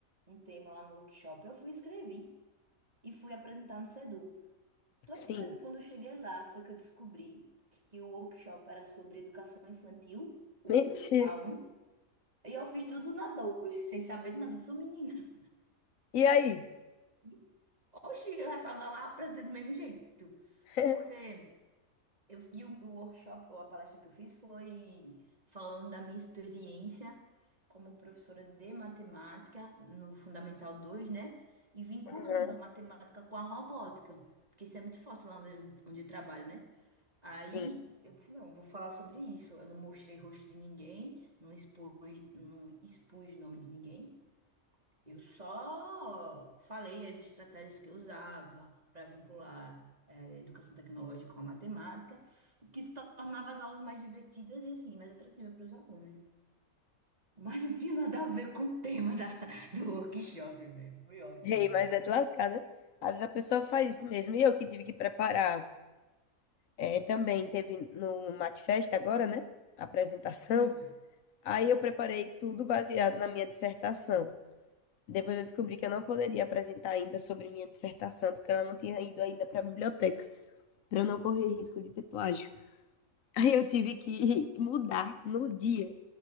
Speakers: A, on the right; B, on the left.
A: Um tema lá no workshop. Eu fui escrevi e fui apresentar no SEDU. Só que
B: Sim,
A: Quando eu cheguei lá, foi que eu descobri que o workshop era sobre educação infantil, o
B: mentira.
A: o a um e eu fiz tudo na 2 sem saber de nada, eu sou menina.
B: E aí?
A: <laughs> Oxi, eu já tava lá apresentando do mesmo jeito,
B: <laughs>
A: porque Eu, e o, o workshop, ou a palestra que eu fiz, foi falando da minha experiência como professora de matemática no Fundamental dois né? E vinculando
B: Aham,
A: a matemática com a robótica, porque isso é muito forte lá onde eu, onde eu trabalho, né? Aí
B: sim.
A: eu disse: não, vou falar sobre isso. Eu não mostrei rosto de ninguém, não expus, não expus o nome de ninguém. Eu só falei as estratégias que eu usava para vincular eh, educação tecnológica com a matemática, o que se tornava as aulas mais divertidas e assim, mais atrativas para os alunos, né? Mas não tinha nada a ver com o tema da, do workshop, velho. Foi ótimo
B: Rei, mas
A: isso.
B: é de lascar, né? Às vezes a pessoa faz isso mesmo. E eu que tive que preparar É, também teve no Matfest agora, né? a Apresentação.
A: Hum.
B: Aí eu preparei tudo baseado na minha dissertação. Depois eu descobri que eu não poderia apresentar ainda sobre minha dissertação, porque ela não tinha ido ainda para a biblioteca, para eu não correr risco de ter plágio. <laughs> Aí eu tive que <laughs> mudar no dia